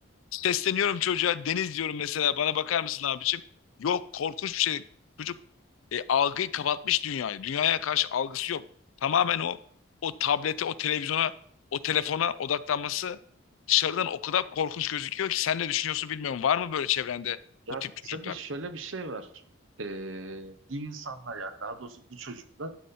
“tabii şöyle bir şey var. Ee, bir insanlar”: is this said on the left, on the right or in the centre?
Right